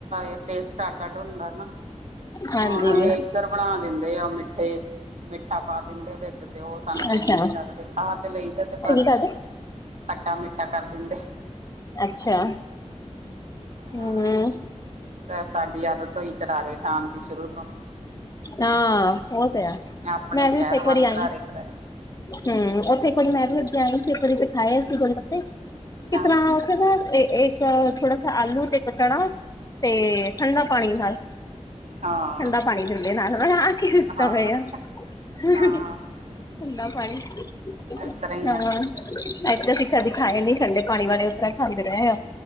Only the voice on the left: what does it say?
ਹਾਂਜੀ
ਜੀ
ਅੱਛਾ
ਤੁਸੀਂ
ਕੀ ਕਰਦੇ
ਅੱਛਾ। ਹਮ
ਹਾਂ ਉਹ ਤੇ ਹੈਂ
ਮੈਂ
ਵੀ ਉੱਥੇ ਇੱਕ
ਵਾਰੀ ਆਈ
ਹੂੰ ਉੱਥੇ ਇੱਕ ਵਾਰੀ ਮੈਂ ਵੀ ਉੱਥੇ ਆਈ ਇੱਕ ਵਾਰੀ ਖਾਏ ਸੀ ਗੋਲ ਗੱਪੇ
ਇੱਕ ਤਰ੍ਹਾਂ ਉੱਥੇ ਨਾ ਅਹ ਥੋੜਾ ਸਾ ਆਲੂ ਤੇ ਇੱਕ ਚਣਾ ਤੇ ਠੰਡਾ ਪਾਣੀ ਨਾਲ
ਠੰਡਾ ਪਾਣੀ ਦਿੰਦੇ ਨਾਲ ਥੋੜਾ ਜਿਹਾ ਆ, ਕੀ, ਕੀੱਤਾ
ਹੋਇਆ ਹੂੰ,
ਹੂੰ। ਠੰਡਾ ਪਾਣੀ, ਹਾਂ।
ਇਦਾਂ ਨਹੀਂ ਕਦੇ ਕਦੀ ਖਾਏ। ਕਹਿੰਦੀ ਠੰਡੇ ਪਾਣੀ ਵਾਲੇ ਉਸ ਤਰ੍ਹਾਂ ਖਾਂਦੇ ਰਹੇ ਆ,